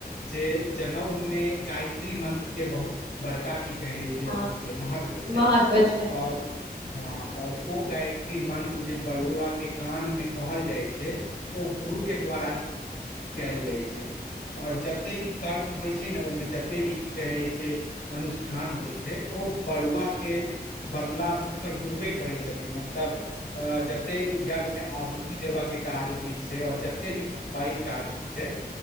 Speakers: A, on the left (about 85°); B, on the right (about 85°).
A: जे जनेउ मे गायत्री मंत्र के बहुत बड़का भी कहै
B: हँ
A: छै अथी छै महत्व छै
B: महत्व छै
A: आओर हं और ओ गायत्री मंत्र जे बरुआ के कान मे कहल जाइ छै ओ गुरु के द्वारा ही कयल जाइ छै। आओर जते भी कर्म होइ छै ने ओहिमे जते भी की कहै छै अनुष्ठान होइ छै ओ बरुआ के बदला मे ओकर गुरुए करै छथिन। मतलब जते यज्ञ मे आहुति देबा के काज होइ छै छै आओर जते भी पैघ काज होइ छै